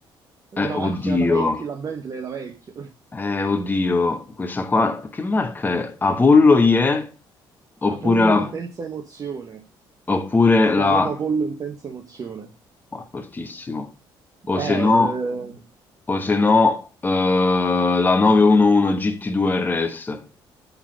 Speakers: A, on the right; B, on the left.
A: Una
B: Eh, oddio.
A: macchina da vecchio, la Bentley da vecchio.
B: Eh, oddio, questa qua, che marca è? Apollo IE? Oppure
A: Apollo
B: la...
A: intensa emozione,
B: Oppure
A: si chiama
B: la...
A: proprio Apollo intensa emozione.
B: Qua, fortissimo. O
A: Eh,
B: se no,
A: eh,
B: o se no eh, la 911 GT2 RS.